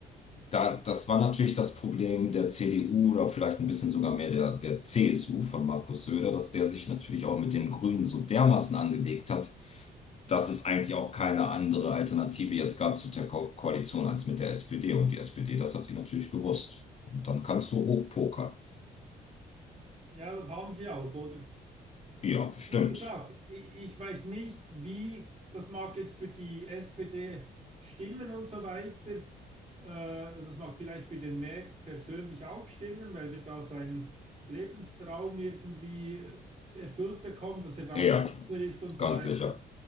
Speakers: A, on the left; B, on the right.
A: da, das war natürlich das Problem der CDU oder vielleicht ein bisschen sogar mehr der, der CSU von Markus Söder, dass der sich natürlich auch mit den Grünen so dermaßen angelegt hat, dass es eigentlich auch keine andere Alternative jetzt gab zu der Ko Koalition als mit der SPD. Und die SPD, das hat die natürlich gewusst. Und dann kannst du hochpokern.
B: ja, das haben sie auch, oder?
A: Ja, bestimmt.
B: Wie gesagt, ich, ich weiß nicht, wie, das mag jetzt für die SPD stimmen und so weiter. Äh, das mag vielleicht für den Merz persönlich auch stimmen, weil der da seinen Lebenstraum irgendwie äh, erfüllt bekommt, dass er da
A: Ja,
B: Kanzler ist und so
A: ganz
B: weiter.
A: sicher.